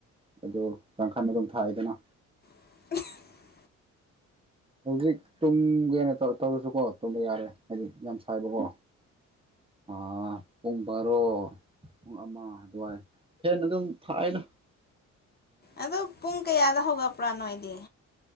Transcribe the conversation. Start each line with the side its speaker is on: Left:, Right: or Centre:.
Right: ꯑꯗꯨ ꯀꯥꯡꯈꯟ ꯑꯗꯨꯝ ꯊꯥꯏꯗꯅ
Left: <inaudible>
Right: ꯍꯧꯖꯤꯛ ꯇꯨꯝꯒꯦꯅ ꯇꯧꯔꯁꯨꯀꯣ ꯇꯨꯝꯕ ꯌꯥꯔꯣꯏ ꯍꯥꯏꯗꯤ ꯌꯥꯝ ꯁꯥꯏꯕꯀꯣ ꯑꯥ ꯄꯨꯡꯕꯥꯔꯣ ꯄꯨꯡ ꯑꯃ ꯑꯗꯨꯋꯥꯏ ꯐꯦꯟ ꯑꯗꯨꯝ ꯊꯥꯏꯅ
Left: ꯑꯗꯣ ꯄꯨꯡ ꯀꯌꯥꯗ ꯍꯧꯒꯠꯄ꯭ꯔꯥ ꯅꯣꯏꯗꯤ